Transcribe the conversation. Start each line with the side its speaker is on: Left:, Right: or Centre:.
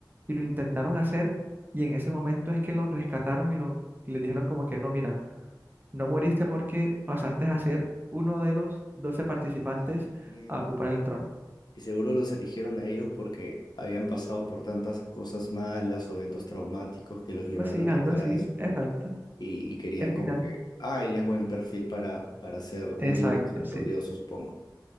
Right: y lo intentaron hacer y en ese momento es que los rescataron y, lo, y les dijeron como que no, mira, no moriste porque pasaste a ser uno de los doce participantes
Left: Ah, entiendo.
Right: a ocupar el trono.
Left: Y seguro los eligieron a ellos porque habían pasado por tantas cosas malas o eventos traumáticos que los llevaron
Right: Algo así,
Left: a
Right: algo
Left: pensar
Right: así,
Left: a eso.
Right: exacto.
Left: y, y querían
Right: El final
Left: como que, ah, él es buen perfil para, para ser un
Right: Exacto,
Left: dios misericordioso,
Right: sí.
Left: supongo.